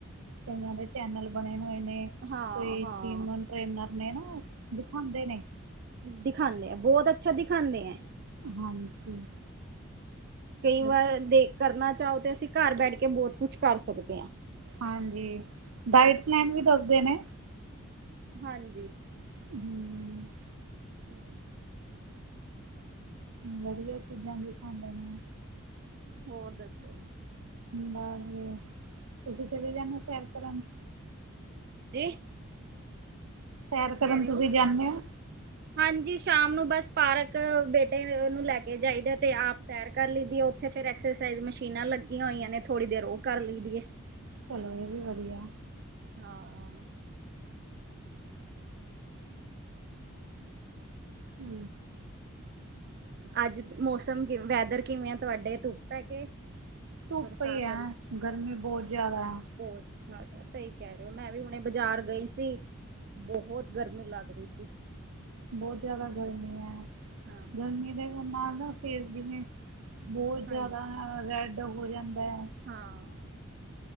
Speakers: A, on the right (about 85°); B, on the right (about 45°).
A: ਕਈਆਂ ਦੇ ਚੈਨਲ ਬਣੇ ਹੋਏ ਨੇ
B: ਹਾਂ
A: ਕੋਈ
B: ਹਾਂ
A: ਜਿਮ। ਟਰੇਨਰ ਨੇ ਨਾ ਦਿਖਾਉਂਦੇ ਨੇ।
B: ਦਿਖਾਉਂਦੇ ਆ ਬਹੁਤ ਅੱਛਾ ਦਿਖਾਉਂਦੇ ਐ।
A: ਹਾਂਜੀ।
B: ਕਈ
A: ਵਧੀਆ
B: ਵਾਰ ਦੇਖ ਕਰਨਾ ਚਾਹੋ, ਤੇ ਅਸੀਂ ਘਰ ਬੈਠ ਕੇ ਬਹੁਤ ਕੁਛ ਕਰ ਸਕਦੇ ਹਾਂ।
A: ਹਾਂਜੀ, ਡਾਇਟ ਪਲੈਨ ਵੀ ਦੱਸਦੇ ਨੇ।
B: ਹਾਂਜੀ।
A: ਹਾ।
B: ਹੂੰ
A: ਵਧੀਆ ਚੀਜ਼ਾਂ ਦੀਖਾਂਦੇ ਨੇ।
B: ਹੋਰ ਦੱਸੋ।
A: ਬਸ ਵ ਤੁਸੀਂ ਕਿਤੇ ਜਾਦੇ ਹੋ, ਸੈਰ ਕਰਨ।
B: ਜੀ।
A: ਸੈਰ
B: ਕੀ
A: ਕਰਨ
B: ਕਹਿ ਰਹੇ
A: ਤੁਸੀਂ
B: ਹੋ।
A: ਜਾਂਦੇ ਹੋ
B: ਹਾਂਜੀ ਸ਼ਾਮ ਨੂੰ ਬਸ ਪਾਰਕ ਬੇਟੇ ਨੂੰ ਲੈ ਕੇ ਜਾਈਦਾ ਤੇ ਆਪ। ਸੈਰ ਕਰ ਲਈ ਦੀ ਏ, ਉੱਥੇ ਫੇ ਐਕਸਰਸਾਈਜ਼ ਮਸ਼ੀਨਾਂ ਲੱਗੀਆਂ ਹੋਈਆਂ ਨੇ ਥੋੜ੍ਹੀ ਦੇਰ ਉਹ ਕਰ ਲਈ ਦੀ ਏ।
A: ਚਲੋ ਇਹ ਵੀ ਵਧੀਆ।
B: ਹਾਂ।
A: ਹੂ
B: ਅੱਜ ਮੌਸਮ ਕਿਵੇਂ ਐ ਵੈਦਰ ਕਿਵੇਂ ਆ ਤੁਹਾਡੇ ਧੁੱ ਪੈ ਕੇ।
A: ਧੁੱਪੇ
B: ਬਰਸਾਤ?
A: ਈ ਐ, ਗਰਮੀ ਬੌਤ ਜੈਦਾ ਐ।
B: ਹੋਰ ਸਹੀ ਕੈ ਰੇ ਔ, ਮੈਂ ਵੀ ਹੁਣੇ ਬਜ਼ਾਰ ਗਈ ਸੀ। ਬਹੌਤ ਗਰਮੀ ਲੱਗ ਰਈ ਸੀ।
A: ਬੌਤ ਜੈਯਾਦਾ ਗਰਮੀ ਐ,
B: ਹਾਂ ਹਾਂ
A: ਗਰਮੀ ਦੇ ਨਾਲ ਨਾ ਫੇਰ ਜਿਵੇਂ ਬੌਤ
B: ਹਾਂਜੀ
A: ਜੈਯਾਦਾ ਰੈਡ ਹੋ ਜਾਂਦਾ ਹੈ।
B: ਹਾਂ,